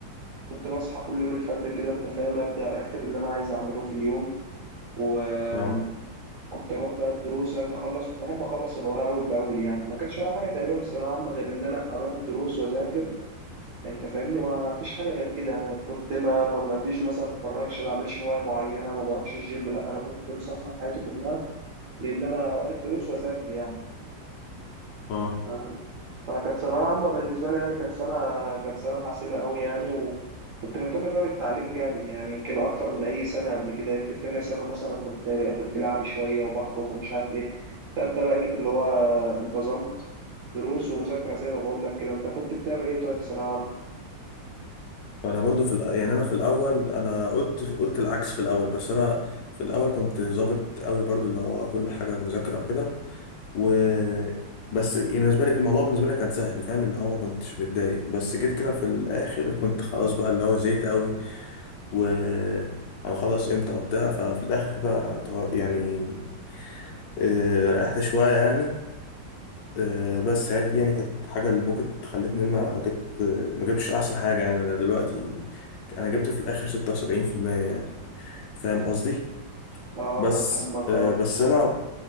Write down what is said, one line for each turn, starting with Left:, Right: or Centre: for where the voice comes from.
Right: كنت بصحى كل يوم الفجر كده أنت فاهم أبدأ أكتب اللي أنا عايز أعمله في اليوم وكنت
Left: امم
Right: أروح بقى الدروس أجي أخلص بحب أخلص الوراء أول بأول يعني ما كانش ورايا حاجة تقريبا في الثانوية عامة غير إن أنا أروح الدروس وأذاكر انت فاهمني ما فيش حاجه غير كده انا كنت ما ما ما فيش مثلا اتفرجش ما بعملش هوايه معينه ما بروحش الجيم لا انا كنت مسخر حياتي كلها لان انا اروح الدروس واذاكر يعني
Left: اه
Right: ف- فكانت ثانويه عامه بالنسبه لي يعني كانت سنه كانت سنه حاسمه قوي يعني وكنت مهتم فيها بالتعليم جامد يعني يمكن اكتر من اي سنه قبل كده يمكن تانية سنه مثلا كنت كنت لعبي شويه وبخرج ومش عارف ايه تالتة بقى جيت اللي هو انتظمت دروس ومذاكره زي ما بقول لك كده انت كنت بتعمل ايه طيب في ثانويه عامه
Left: انا برضو في الأ- يعني انا في الاول انا قلت قلت العكس في الاول بس انا في الاول كنت ظابط قوي برضو اللي هو كل حاجه مذاكره وكده و بس بالنسبه لي الموضوع بالنسبه لي كان سهل فاهم اللي هو ما كنتش متضايق بس جيت كده في الاخر كنت خلاص بقى اللي هو زيت قوي و هنخلص امتى وبتاع ففي الاخر كده يعني آه، ريحت شويه يعني آه، بس عادي يعني كانت حاجة اللي ممكن خلتني إن أنا جبت ما جبتش أحسن حاجة يعني أنا دلوقتي أنا جبت في الآخر ستة وسبعين في المية يعني فاهم قصدي
Right: اه
Left: بس
Right: انا فاهمك
Left: آه،
Right: اه
Left: بس أنا